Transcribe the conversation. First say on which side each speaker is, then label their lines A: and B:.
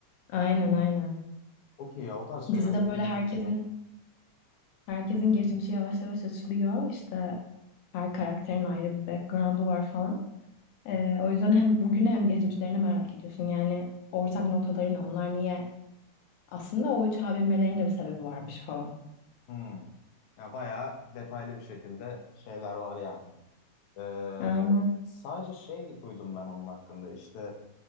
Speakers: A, on the left; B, on the left.
A: Aynen aynen.
B: Okey ya o tarz şeyler
A: Dizide
B: ilgimi
A: böyle herkesin
B: çekiyor.
A: herkesin geçmişi yavaş yavaş açılıyor. İşte her karakterin ayrı bir background'u var falan. Ee, o yüzden hem bugünü hem geçmişlerini merak ediyorsun. Yani ortak noktaları ne? Onlar niye? Aslında o uçağa binmelerinin de bir sebebi varmış falan.
B: Hmm. Ya bayağı detaylı bir şekilde şeyler var yani. Ee,
A: Aynen.
B: sadece şey duydum ben onun hakkında. İşte